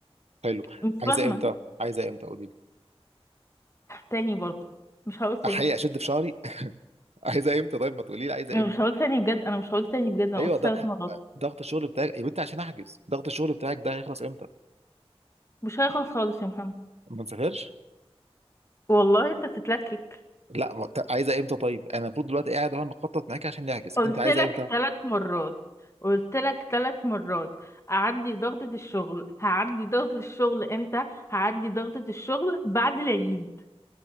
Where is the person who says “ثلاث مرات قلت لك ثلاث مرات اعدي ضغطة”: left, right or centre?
Left